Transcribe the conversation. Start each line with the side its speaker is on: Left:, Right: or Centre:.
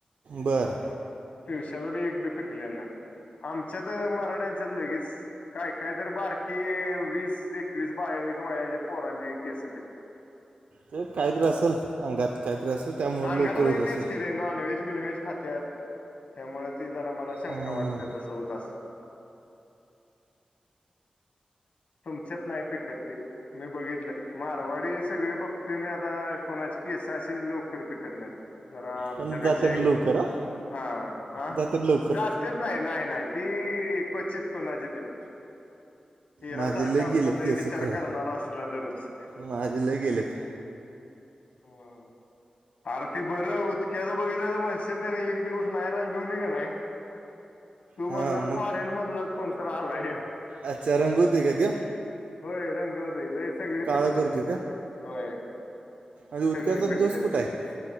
Right: बरं
Left: पिवशाच एक बी पिकेल नाही आमच्यात मराठ्यांच्यात लगेच काय कायत बारकी वीस एकवीस बावीस वयाच्या पोरांची केस पिकतात.
Right: ते काहीतरी असेल अंगात काहीतरी असेल त्यामुळे
Left: अंगात
Right: लवकर होत
Left: माहितीच
Right: असेल
Left: कि र नॉन व्हेज ज खात त्यामुळे ते जरा मला शंका
Right: हम्म.
Left: वाटते त सोत तुमच्यात नाही पिकत ते मी बघितलं मारवाडी सगळी बघतोय मी आता कोणाची किस असे लोक कृपी कर नाही जरा आमच्यापेक्षा
Right: पण जात्यात
Left: एक
Right: लवकर हा
Left: हा हा
Right: जात्यात लवकर
Left: जात तेच नाही नाही नाही ती क्वचित कोणाची तरी हिरा्यासारखा
Right: माझे
Left: आपला
Right: गेलेत
Left: लय
Right: केस
Left: विचार
Right: खळ्या
Left: करणार असला तररच
Right: माझे लय गेलेत
Left: हो आरती बरं उदक्याचं बघितलं तर म्हणश त्याने एक दिवस नाही रंगवली का नाही तू
Right: हां
Left: म्हणणारर
Right: मग
Left: फारेन मधूनच कोणीतरी आलय
Right: अच्छा रंगवतोय का ते
Left: होय रंग होतय लयच सगळी
Right: काळं
Left: पकल्यात
Right: करतोय
Left: ते
Right: का
Left: होय
Right: आणि उदक्याचा
Left: सगळी पकल्यात
Right: दोष कुठं
Left: त्या
Right: आहे